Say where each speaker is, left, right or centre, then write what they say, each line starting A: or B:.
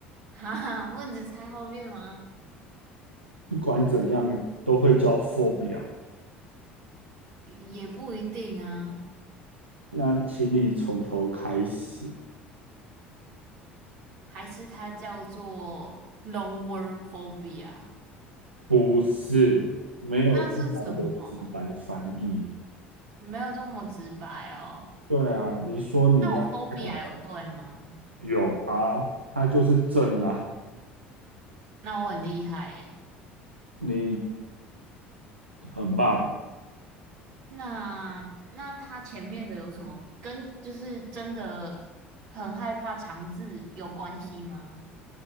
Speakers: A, on the right (about 55°); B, on the right (about 85°).
A: 哈哈，问只猜后面吗？
B: 不管怎样都会叫 phobia。
A: 也也不一定啊。
B: 那请你从头开始。
A: 还是它叫做 long word phobia？
B: 不是，没有这么的直白翻译。
A: 那是什么？你没有这么直白哦。
B: 对啊，你说你要表达
A: 那我 phobia 有对吗？
B: 有啊，它就是正啊，
A: 那我很厉害诶。
B: 你很棒。
A: 那那它前面的有什么跟就是真的很害怕肠字有关系吗？